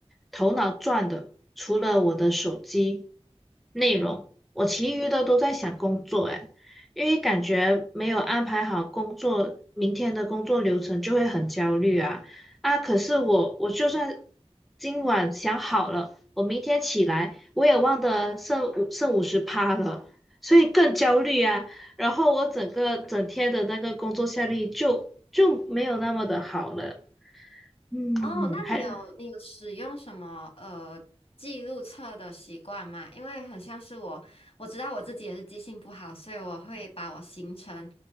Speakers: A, in the centre; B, on the left (about 55°).
A: 头脑转的除了我的手机内容，我其余的都在想工作。哎，因为感觉没有安排好工作，明天的工作流程就会很焦虑啊啊！可是我我就算今晚想好了，我明天起来我也忘得剩五剩五十趴了，所以更焦虑啊。然后我整个整天的那个工作效率就就没有那么的好了。嗯，
B: 哦，那你有你有使用什么呃记录册的习惯吗？
A: 还
B: 因为很像是我，我知道我自己也是记性不好，所以我会把我行程